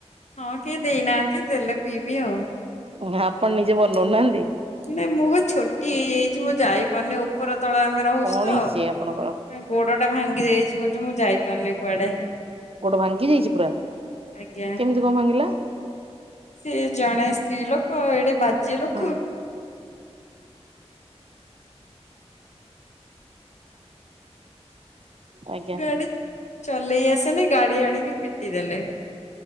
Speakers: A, on the left; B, on the right.
A: ହଁ କିଏ ଦେଇନାହାନ୍ତି ଦେଲେ ପିଇବି ଆଉ।
B: ହା ଆପଣ ନିଜେ ବନଉନାହାନ୍ତି?
A: ନାଇଁ ମୁଁ ବା ଛୋଟି ହେଇଯାଇଛି ମୁଁ ଯାଇପାରୁନି ଉପର ତଳ ଆମେ ରହୁଛୁ
B: କଣ
A: ତ
B: ହେଇଛି ଆପଣଙ୍କର
A: ଗୋଡଟା ଭାଙ୍ଗି ଯାଇଛି ବୋଲି ମୁଁ ଯାଇପାରୁନେଇ କୁଆଡେ।
B: ଗୋଟେ ଭାଙ୍ଗି ଯାଇଛି ପୁରା
A: ଆଜ୍ଞା।
B: କେମିତି କଣ ଭାଙ୍ଗିଲା?
A: ସେ ଜଣେ ସ୍ତ୍ରୀ ଲୋକ ଏଡେ ବାଜେ ଲୋକ
B: ହଁ ଆଜ୍ଞା
A: ଗାଡି ଚଲେଇ ଆସେନି ଗାଡି ଆଣିକି ପିଟି ଦେଲେ।